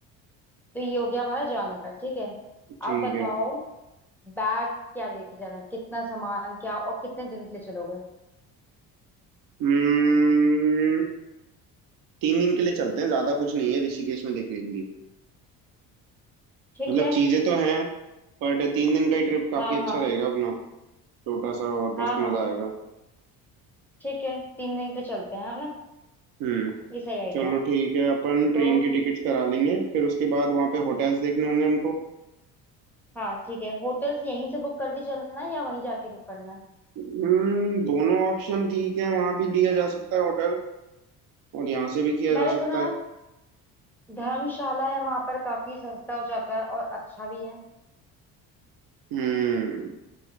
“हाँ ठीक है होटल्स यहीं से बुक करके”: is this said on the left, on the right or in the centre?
Centre